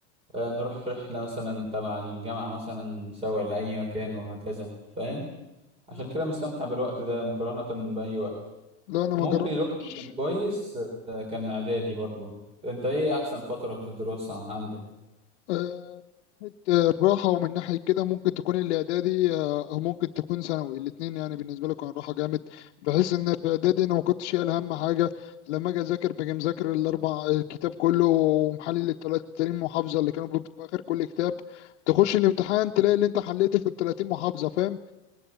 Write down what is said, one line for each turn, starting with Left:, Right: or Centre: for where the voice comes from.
Right: آه، نروح رحلة مثلا تبع الجامعة مثلا سوا لأي مكان وهكذا فاهم عشان
Left: لا
Right: كده مستمتع بالوقت ده مقارنة بأي وقت
Left: لا، أنا
Right: ممكن
Left: ما جربتش
Right: الوقت اللي كان كويس آه، كان إعدادي برضو أنت إيه أحسن فترة في الدراسة عندك؟
Left: آه، من ناحية الراحة ومن ناحية كده ممكن تكون الإعدادي آه، أو ممكن تكون ثانوي الاتنين يعني بالنسبة لي كان راحة جامد بحيث إن في إعدادي أنا ما كنتش شايل هم حاجة لما أجي أذاكر باجي مذاكر الأربع آه، الكتاب كله ومحلل التلات- 30 محافظة اللي كانوا بيبقوا في آخر كل كتاب تخش الامتحان تلاقي اللي أنت حليته في ال 30 محافظة فاهم